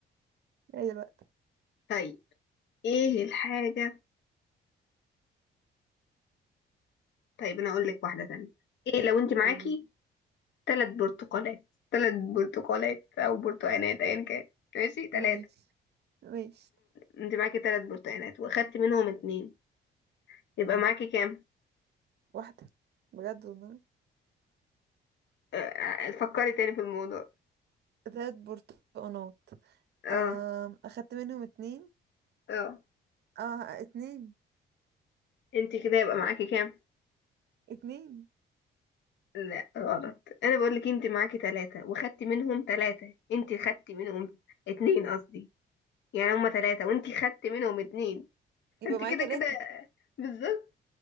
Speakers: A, on the right (about 55°); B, on the left (about 65°).
A: هي الوقت
B: طيب ايه الحاجة طيب انا اقول لك واحدة تانية ايه لو انت معاكي
A: قولي
B: ثلاث برتقالات ثلاث برتقالات او برتقانات ايا كان ماشي ثلاثة
A: ماشي ماشي
B: انت معاكي ثلاث برتقانات واخدتي منهم اتنين يبقى
A: مم.
B: معاكي كام
A: واحدة بجد والله
B: آه، آه، فكري تاني في الموضوع
A: تلات برتقانات
B: اه
A: آم، أخدت منهم اتنين
B: اه
A: اه اتنين
B: انت كده يبقى معاكي كام
A: اتنين
B: لا غلط انا بقول لك انت معاكي ثلاثة واخدتي منهم ثلاثة انت خدتي منهم اتنين قصدي يعني هما ثلاثة وانت خدتي منهم اتنين
A: يبقى
B: <laughs> انت
A: معايا
B: كده
A: تلاتة
B: كده بالظبط